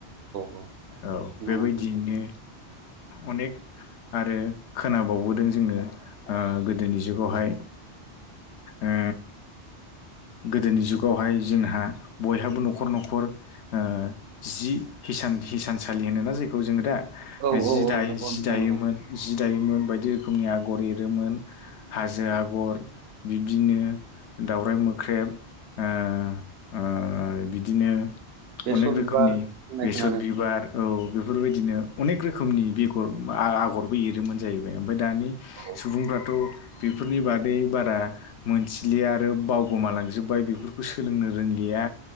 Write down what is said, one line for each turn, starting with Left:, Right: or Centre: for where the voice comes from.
Right: औ
Left: औ
Right: नंगौ
Left: बेबायदियैनो
Right: नंगौ
Left: अनेक आरो खोनाबावबोदों जोङो गोदोनि जुगावहाय ओ गोदोनि जुगावहाय जोंहा बयहाबो न'खर न'खर ओ जि हिसानसालि होनोना जायखौ जोङो दा
Right: औ औ
Left: जि दायो
Right: औ नंगौ
Left: जि
Right: नोंथां
Left: दायोमोन
Right: नंगौ
Left: जि दायोमोन बायदि रोखोमनि आगर एरोमोन हाजो आगर बिब्दिनो। दाउरराय मोख्रेब ओ ओ बिदिनो।
Right: बेसर
Left: अनेक रोखोमनि
Right: बिबार होननाय
Left: बेसर
Right: खोनादों
Left: बिबार। औ बेफोरबायदिनो अनेक रोखोमनि बेगर आ-आगरबो एरोमोन जाहैबाय‌। ओमफाय दानि
Right: औ
Left: सुबुंफ्राथ' बेफोरनि बादै बारा मोनथिलिया आरो बाव गोमालांजोबबाय बेफोरखौ सोलोंनो रोंलिया